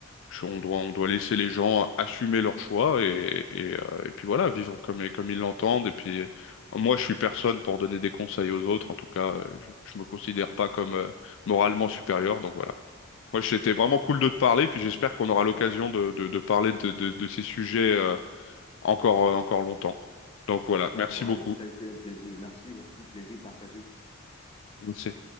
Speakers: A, on the left; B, on the left.
A: je- on doit, on doit laisser les gens assumer leurs choix et, et, euh, et puis voilà, vivre comme, comme ils l'entendent. Et puis euh, moi, je suis personne pour donner des conseils aux autres. En tout cas, euh, je, je me considère
B: OK.
A: pas comme euh, moralement supérieur. Donc voilà. Moi, c'était vraiment cool de te parler, puis j'espère qu'on aura l'occasion
B: Ouais.
A: de, de, de parler de, de, de ces sujets euh, encore, euh, encore longtemps. Donc voilà,
B: D'accord,
A: merci beaucoup.
B: allez, ça a été un plaisir. Merci, merci. Plaisir partagé.
A: C'est-